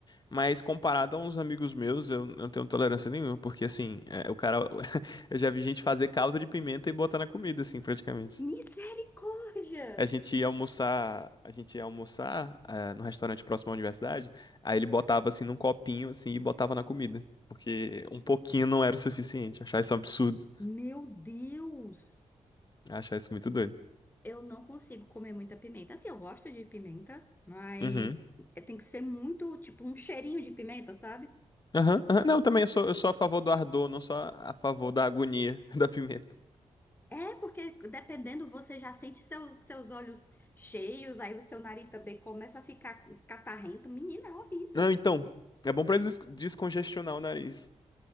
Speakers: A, on the left; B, on the left.
A: Mas comparado a uns amigos meus, eu não tenho tolerância nenhuma, porque assim, é, o cara. <laughs> Eu já vi gente fazer caldo de pimenta e botar na comida, assim, praticamente.
B: Misericórdia!
A: A gente ia almoçar, a gente ia almoçar, ah, no restaurante próximo à universidade, aí ele botava assim num copinho, assim, e botava na comida. Porque um pouquinho não era o suficiente. Achar isso um absurdo.
B: Meu Deus!
A: Achar isso muito doido.
B: Eu não consigo comer muita pimenta. Assim, eu gosto de pimenta, mas
A: Uhum.
B: é- tem que ser muito, tipo, um cheirinho de pimenta, sabe?
A: Aham, aham. Não, também eu sou, eu sou a favor do ardor, não sou a favor da agonia <laughs> da pimenta.
B: É, porque dependendo, você já sente seus, seus olhos cheios, aí o seu nariz também começa a ficar catarrento. Menina, é horrível.
A: Não, então, é bom pra des- descongestionar o nariz.